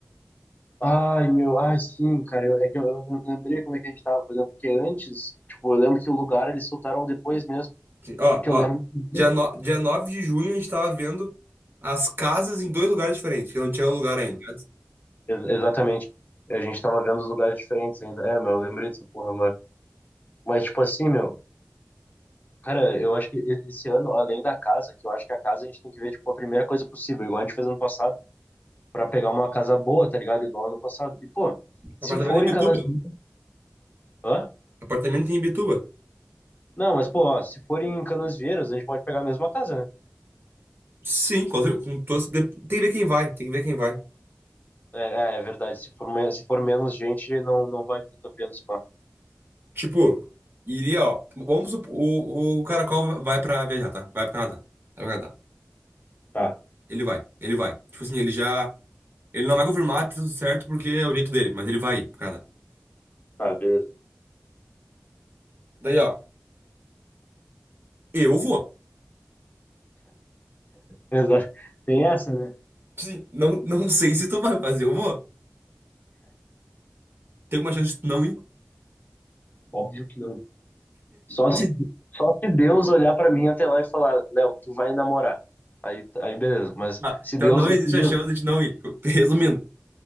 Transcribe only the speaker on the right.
Ó,
ó.
Dia, no... dia 9 de junho a gente tava vendo as casas em dois lugares diferentes, que não tinha lugar ainda. né?
Apartamento
em
Bituba.
Apartamento em Bituba.
Sim, com, cer- com todos. de- Tem que ver quem vai, tem que ver quem vai.
Tipo, iria, ó. Vamos supor, o, o Caracol vai pra viajar, tá? Vai pro Canadá. Vai pro Canadá.
Ele vai, ele vai. Tipo assim, ele já. Ele não vai confirmar, tá tudo certo, porque é o jeito dele, mas ele vai ir pro Canadá.
Daí, ó, eu vou.
Sim, não, não sei se tu vai, mas eu vou. Tem alguma chance de tu não ir? Tipo
assim,
Ah,
então
não
existe
a chance de não ir. <laughs> Resumindo.